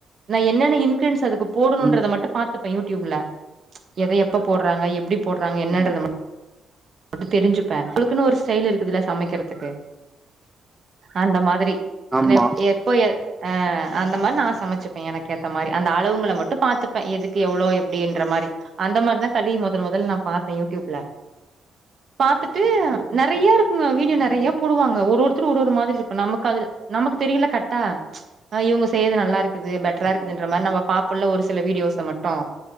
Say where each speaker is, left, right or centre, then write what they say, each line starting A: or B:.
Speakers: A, on the right; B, on the right.
A: நா என்னென்ன இன்கிரின்ஸ் அதுக்கு போடுணுன்றத
B: ம்
A: மட்டு பாத்துப் ப யூடியூப்ல எத எப்ப போட்றாங்க எப்டி போட்றாங்க என்னன்றத
B: ஆ
A: ம ட்டு தெரிஞ்சுப்ப உளுக்குன்னு ஒரு ஸ்டெயில் இருக்குதுல்ல சமைக்கிறதுக்கு அந்த மாதிரி
B: ஆமா
A: என் எப்போ எ அ அந்த மார் நா சமைச்சுப்பே எனக் ஏத்த மாரி அந்த அளவுங்கள மட்டு பாத்துப்பே எதுக்கு எவ்வளோ எப்டின்ற மாரி அந்த மார்தா களி மொதல் மொதல் நா பாத்தே யூடியூப்ல பாத்துட்டு நெறைய இருக்குங்க வீடியோ நெறைய போடுவாங்க ஒரு ஒருத்தர் ஒரு ஒரு மாதிரிருக்கு நம்மக் அதுல நம்மக்கு தெரியுல்ல கட்டா <unintelligible> அ இவுங்க செய்யது நல்லா இருக்குது பெட்ரா
B: ம்
A: இருக்குதுன்ற மார்
B: ஆமா
A: நம்ப பாப்பொல்ல ஒரு சில வீடியோஸ்ஸ மட்டு